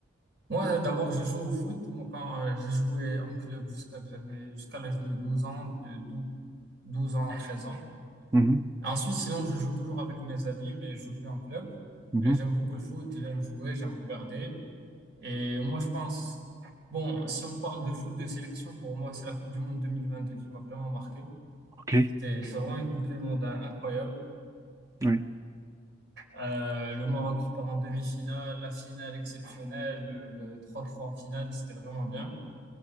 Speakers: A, on the right; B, on the right.
A: Moi, d'abord, je joue au foot. Moi, quand euh, j'ai joué en club jusqu'à que j'avais, jusqu'à l'âge de 12 ans, de dou 12 ans, 13 ans.
B: Mhm,
A: Ensuite, sinon, je joue toujours avec mes amis, mais je joue plus en club.
B: mhm,
A: Et j'aime beaucoup le foot, j'aime jouer, j'aime regarder. Et moi, je pense, bon, si on parle de foot de sélection, pour moi, c'est la Coupe du Monde 2022 qui m'a vraiment marqué.
B: ok,
A: C'était c'est vraiment une Coupe du Monde incroyable.
B: oui.
A: Euh, le Maroc qui part en demi-finale, la finale exceptionnelle, le 3-3 en finale, c'était vraiment bien.